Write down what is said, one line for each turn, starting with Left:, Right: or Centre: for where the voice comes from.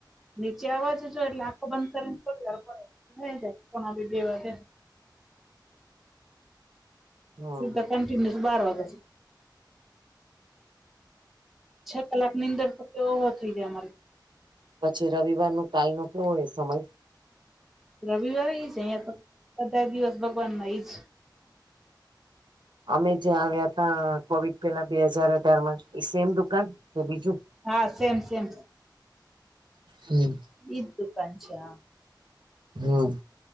Centre: નીચે આવાજ જો એટલે આખો બંધ કરીને સુઈ જાય <unintelligible> બે વાગે
Right: હમ
Centre: સીધા કંન્ટિન્યુસ બાર વાગ્યા સુધી છ કલાક ની નીંદર તો તે ઓહો થઈ જાય અમાર
Right: પછી રવિવાર નું કાલ નો કો હોય સમય
Centre: રવિવારે ઈ છે અહિયાં તો બધા દિવસ ભગવાના ઈજ
Right: અમે જે આવ્યા તા કોવિડ પેલા બે હાજાર અઢારમાં ઈ સેમ દુકાન હુ બીજુ
Centre: હા, સેમ, સેમ
Right: હમ
Centre: ઇજ દુકાન છે આ
Right: હમ